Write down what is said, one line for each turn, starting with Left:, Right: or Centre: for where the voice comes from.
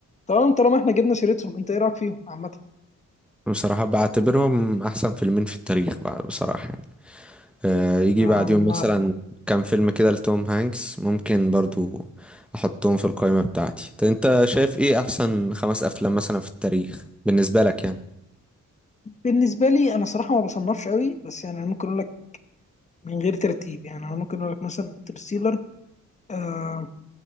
Left: تمام طالما إحنا جبنا سيرتهم أنت إيه رأيك فيهم عامة؟
Centre: بصراحة بعتبرهم احسن فيلمين في التاريخ بع- بصراحة يعني. آه يجي
Left: ما
Centre: بعديهم مثلا كام فيلم كده لتوم هانكس ممكن برضو احطهم في القائمة بتاعتي طب انت شايف ايه احسن خمس افلام مثلا في التاريخ بالنسبة لك يعني
Left: بالنسبه لي انا صراحه ما بصنفش قوي بس يعني أنا ممكن اقول لك من غير ترتيب يعني انا ممكن اقول لك مثلا انترستيلر آه